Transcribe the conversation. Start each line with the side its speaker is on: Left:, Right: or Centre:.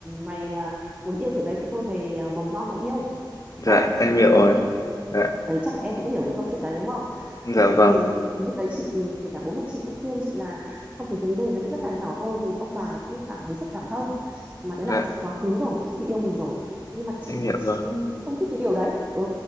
Right: mày mà muốn yêu kiểu đấy thì thôi về ờ, mầm non mà yêu
Left: dạ
Right: đấy bạn
Left: em
Right: chị nói
Left: hiểu
Right: như
Left: rồi
Right: thế
Left: dạ
Right: đấy chắc là em cũng hiểu cái câu chuyện đấy đúng không
Left: dạ
Right: thì
Left: vâng
Right: thì thì lúc đấy chị ừ, kể cả bố mẹ chị cũng khuyên chị là không cái vấn đề đấy cũng rất là nhỏ thôi nhưng ông bà cũng cảm thấy rất cảm thông mà đấy
Left: dạ
Right: là chuyện quá khứ rồi trước khi yêu mình rồi nhưng mà chị
Left: em hiểu
Right: thì chị
Left: rồi
Right: không không thích cái điều đấy ừ